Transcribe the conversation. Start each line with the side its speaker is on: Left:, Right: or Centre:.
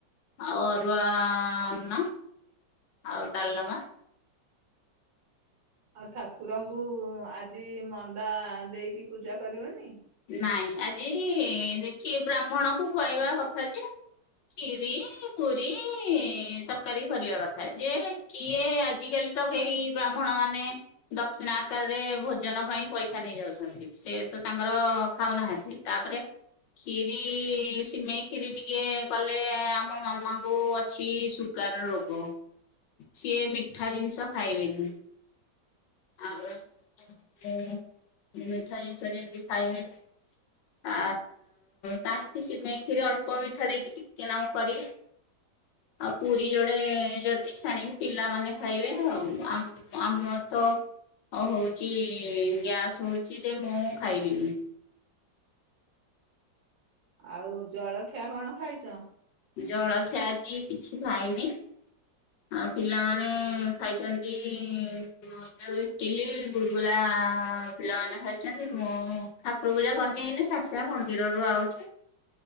Left: ଆଉ ଅରୁଆ ଅନ୍ନ ଆଉ ଡାଲମା।
Right: ଆଉ ଠାକୁରଙ୍କୁ ଆଜି ମଣ୍ଡା ଦେଇକି ପୂଜା କରିବନି?
Left: ନାଇଁ ଆଜି ଦେଖି ବ୍ରାହ୍ମଣକୁ ଖୁଆଇବା କଥା ଯେ ଖିରି, ପୁରୀ, ତରକାରୀ କରିବା କଥା ଯେ କିଏ ଆଜିକାଲି ତ କେହି ବ୍ରାହ୍ମଣ ମାନେ ଦକ୍ଷିଣା ଆକାରରେ ଭୋଜନ ପାଇଁ ପଇସା ନେଇଯାଉଛନ୍ତି ସେ ତ ତାଙ୍କ ତାଙ୍କର ଖାଉ ନାହାନ୍ତି ତାପରେ ଖିରି, ସିମେଇ ଖିରି ଟିକେ କଲେ ଆମ ମାମାଙ୍କୁ ଅଛି ସୁ ସୁଗାର ରୋଗ ସିଏ ମିଠା ଜିନିଷ ଖାଇବେନି। ଆଉ ମୋର ମିଠା ଜିନଷ ଯେମିତି ଖାଇବେନି? ଆ କାହିଁକି ସିମେଇ ଖିରି ଅଳ୍ପ ମିଠା ଦେଇକି ଟିକେନାକୁ କରିବି। ଆଉ ପୁରୀ ଯୋଡେ ଯଦି ଛାଣିବି ପିଲାମାନେ ଖାଇବେ। ଆଉ ଆମେ ଆମର ତ ହ ହଉଚି ଗ୍ୟାସ୍ ହଉଚି ଯେ ମୁଁ ଖାଇବିନି।
Right: ଆଉ ଜଳଖିଆ କଣ ଖାଇଚ?
Left: ଜଳଖିଆ ଆଜି କିଛି ଖାଇନି। ଆଉ ପିଲାମାନେ ଖାଇସାରିକି ଗଜା ଆଉ ଇଟିଲି ଗୁଲଗୁଲା ପିଲାମାନେ ଖାଇଛନ୍ତି। ମୁଁ ଠାକୁର ପୂଜା କରିନି ଏଇନେ ସାଙ୍ଗେ ସାଙ୍ଗେ ମନ୍ଦିରରୁ ଆଉଚି।